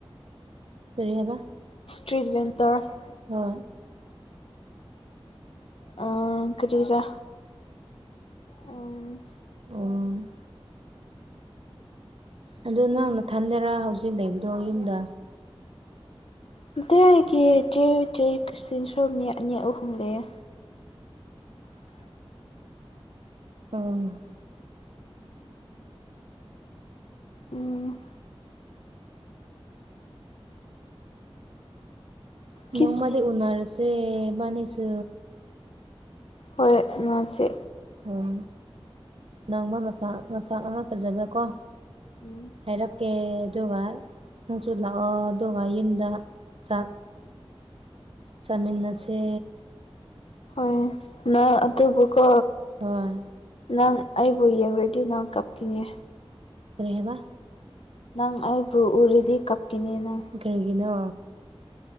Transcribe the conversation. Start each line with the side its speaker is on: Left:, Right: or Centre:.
Right: ꯀꯔꯤꯍꯥꯏꯕ
Left: ꯏꯁꯇ꯭ꯔꯤꯠ ꯕꯦꯟꯗꯔ ꯇꯋꯤ ꯫
Right: ꯍ
Left: <inaudible> ꯑ ꯀꯔꯤꯔꯥ ꯎꯝ
Right: ꯎꯝ ꯑꯗꯨꯗ ꯅꯪ ꯅꯊꯟꯗꯔꯥ ꯍꯧꯖꯤꯛ ꯂꯩꯕꯗꯣ ꯌꯨꯝꯗ
Left: ꯃꯇꯩ ꯑꯩꯒꯤ ꯆꯦ ꯆꯩ ꯁꯤꯁꯨꯣ ꯃꯤ ꯑꯅꯤ ꯑꯍꯨꯝ ꯂꯩꯌꯦ꯫
Right: ꯎꯝ
Left: ꯎꯝ ꯈꯤꯁꯃꯤ
Right: ꯅꯣꯡꯃꯗꯤ ꯎꯅꯔꯁꯦ ꯏꯕꯥꯅꯤꯁꯨ
Left: ꯍꯣꯏ ꯑꯉꯁꯤ꯫
Right: ꯑꯣ ꯅꯪꯕ ꯃꯁꯥ ꯃꯁꯥ ꯑꯃ ꯐꯖꯕ꯭ꯔꯀꯣ
Left: ꯎꯝ
Right: ꯍꯥꯏꯔꯛꯀꯦ ꯑꯗꯨꯒ ꯅꯪꯁꯨ ꯂꯥꯛꯑꯣ ꯑꯗꯨꯒ ꯌꯨꯝꯗ ꯆꯥꯛ ꯆꯥꯃꯤꯟꯅꯁꯦ꯫
Left: ꯍꯣꯏ ꯅꯪ ꯑꯗꯨꯕꯨꯀꯣ
Right: ꯍꯣꯏ
Left: ꯅꯪ ꯑꯩꯕꯨ ꯌꯦꯡꯕꯗꯤ ꯅꯪ ꯀꯞꯈꯤꯅꯦ꯫
Right: ꯀꯔꯤ ꯍꯥꯏꯕ
Left: ꯅꯪ ꯑꯩꯕꯨ ꯎꯔꯤꯗꯤ ꯀꯞꯀꯅꯤ ꯅꯪ
Right: ꯀꯔꯤꯒꯤꯅꯣ꯫